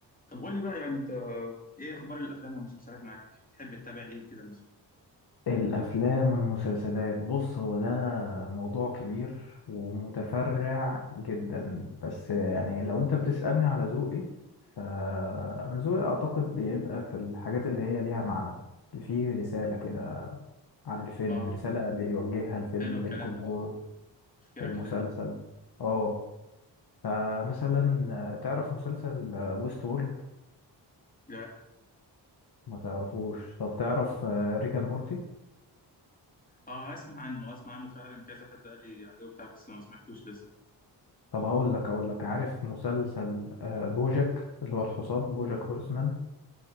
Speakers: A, on the left (about 20°); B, on the left (about 60°).
A: طب قول لي بقى يعني انت ايه اخبار الافلام والمسلسلات معاك تحب تتابع ايه كده مثلا
B: الأفلام والمسلسلات بص هو ده موضوع كبير ومتفرع جدا بس يعني لو أنت بتسألني على ذوقي فأنا ذوقي أعتقد بيبقى في الحاجات اللي هي ليها معنى اللي فيه رسالة كده عن الفيلم
A: اه
B: رسالة بيوجهها الفيلم
A: حلو الكلام
B: للجمهور
A: ده اه تفكيرك
B: المسلسل
A: حلو
B: اه فمثلا تعرف مسلسل ويست وورلد
A: لا
B: ما تعرفوش طب تعرف ريكا مورتي
A: اه اسمع عنه اسمع عنه فعلا كذا حد قال لي عليه وبتاع بس ما سمعتوش لسه
B: طب هقول لك هقول لك عارف مسلسل آه، بوجك اللي هو الحصان بوجك هورسمان